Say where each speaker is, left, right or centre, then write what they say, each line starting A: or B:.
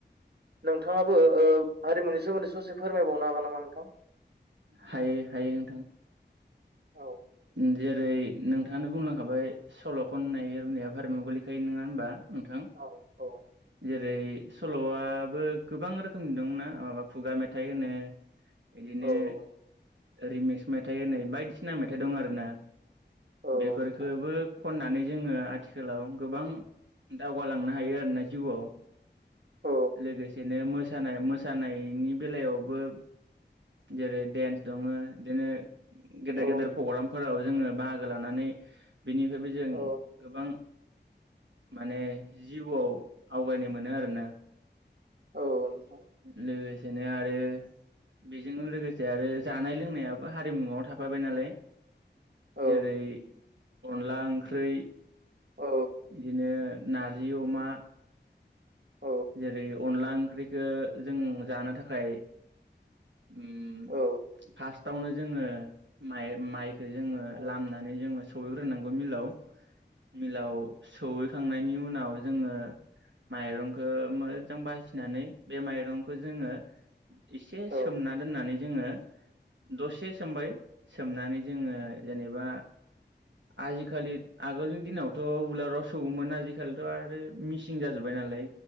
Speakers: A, on the right; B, on the right.
A: नोंथाङाबो ओ हारिमुनि सोमोन्दै ससे फोरमायबावनो हागोन नामा नोंथां?
B: हायो हायो नोंथां।
A: औ
B: जेरै नोंथाङानो बुंलांखाबाय सल' खननाय आरिनाया
A: औ
B: हारिमुआव गोलैखायो नोङा होनबा? नोंथां
A: औ औ
B: जेरै सल'आबो गोबां रोखोमनि दंना माबा खुगा मेथाइ होनो बिदिनो
A: औ औ
B: रिमिक्स मेथाइ होननाय बायदिसिना मेथाइ दं आरो ना।
A: औ
B: बेफोरखोबो
A: नोंथां
B: खननानै जोङो आथिखालाव गोबां दावगालांनो हायो आरोना जिउआव।
A: औ
B: लोगोसेनो मोसानाय मोसानायनि बेलायावबो जेरै देन्स दङो बिदिनो गेदेर
A: औ
B: गेदेर पग्रामफोराव जोङो बाहागो लानानै बेनिफ्रायबो जों
A: औ
B: गोबां माने जिउआव आवगायनाय मोनो आरोना।
A: औ।
B: लोगोसेनो आरो बेजों लोगोसे आरो जानाय लोंनायाबो हारिमुआव थाफाबाय नालाय
A: औ
B: जेरै अनला ओंख्रै
A: औ
B: बिदिनो नारजि अमा
A: औ
B: जेरै अनला ओंख्रिखो जों जानो थाखाय उम
A: औ
B: फास्ट आवनो जोङो माइ माइखो जोङो
A: औ
B: लामनानै जोङो सौहैग्रोनांगौ मिलाव। मिलाव सौहैखांनायनि उनाव जोङो माइरं खो मोजां बासिनानै बे माइरंखो जोङो एसे
A: औ
B: सोमना दोननानै जोङो दसे सोमबाय सोमनानै जोङो जेनेबा आजिखालि आगोलनि दिनावथ' उलाराव सौयोमोन आजिखालिथ' आरो मिसिन जाजोब्बाय नालाय